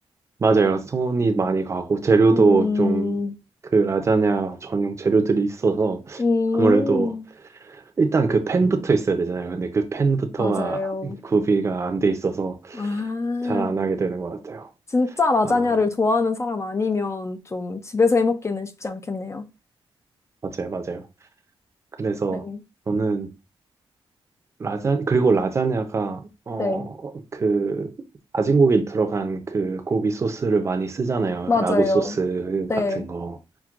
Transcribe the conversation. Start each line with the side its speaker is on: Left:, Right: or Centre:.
Right: 맞아요. 손이 많이 가고 재료도
Left: 음,
Right: 좀 그 라자냐 전용 재료들이 있어서
Left: 음,
Right: 아무래도 일단 그 팬부터 있어야 되잖아요. 근데 그 팬부터가
Left: 맞아요.
Right: 구비가 안 돼 있어서
Left: 아,
Right: 잘 안 하게 되는 것 같아요.
Left: 진짜 라자냐를
Right: 아,
Left: 좋아하는 사람 아니면 좀 집에서 해먹기는 쉽지 않겠네요.
Right: 맞아요, 맞아요. 그래서
Left: 네,
Right: 저는 라자 그리고 라자냐가 어
Left: 네,
Right: 그 다진 고기 들어간 그 고기 소스를 많이 쓰잖아요.
Left: 맞아요.
Right: 라구 소스
Left: 네.
Right: 같은 거.